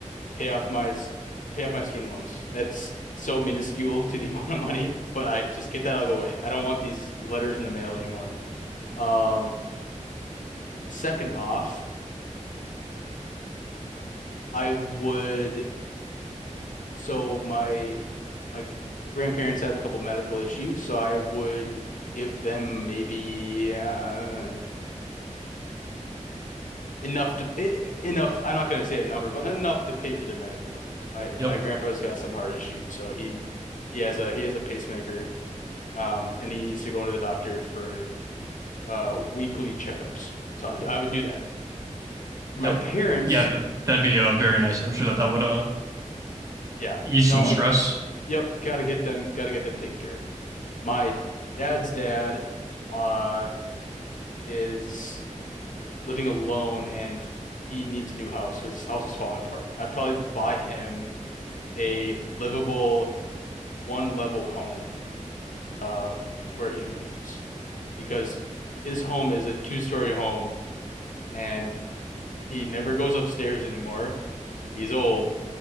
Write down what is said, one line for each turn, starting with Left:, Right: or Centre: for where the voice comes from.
Left: pay off my pay off my student loans. That's so minuscule to the <laughs> amount of money, but I just get that out of the way. I don't want these letters in the mail anymore. Um, second off, I would so my my grandparents have a couple medical issues, so I would give them maybe uh, enough to e- enough. I'm not gonna say a number, but enough to pay for their medical bills. My
Right: Yep.
Left: my grandpa's got some heart issues, so he he has a he has a pacemaker um, and he needs to go into the doctor for uh, weekly checkups. So I, I would do that for my
Right: Yep.
Left: parents.
Right: Yeah, that'd be uh, very nice. I'm sure that that would uh
Left: Yeah,
Right: ease
Left: no,
Right: some stress.
Left: I yep, gotta get them, gotta get them taken care of. My dad's dad uh, is living alone, and he needs a new house because his house is falling apart. I'd probably buy him a livable one-level home uh, where he lives because his home is a two-story home and He never goes upstairs anymore. He's old.